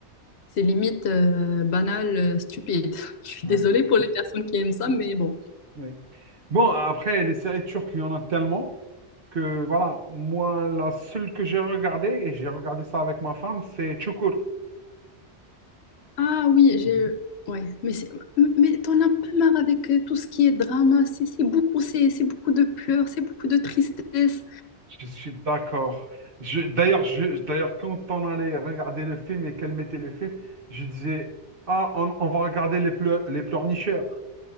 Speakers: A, on the left; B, on the right.
A: C'est limite euh, banal, euh, stupide. <laughs> Je suis
B: Ouais,
A: désolée pour les personnes qui aiment ça, mais bon.
B: ouais. Bon, après, les séries turques, il y en a tellement que, voilà, moi, la seule que j'ai regardée, et j'ai regardé ça avec ma femme, c'est Çukur.
A: Ah oui, j'ai... Ouais, mais c'est... Mais t'en as pas marre avec euh, tout ce qui est drama, c'est c'est beaucoup, c'est c'est beaucoup de pleurs, c'est beaucoup de tristesse.
B: Je suis d'accord. Je, d'ailleurs, je, d'ailleurs, quand on allait regarder le film et qu'elle mettait le film, je disais, Ah, on, on va regarder les, pleu- les pleurnicheurs.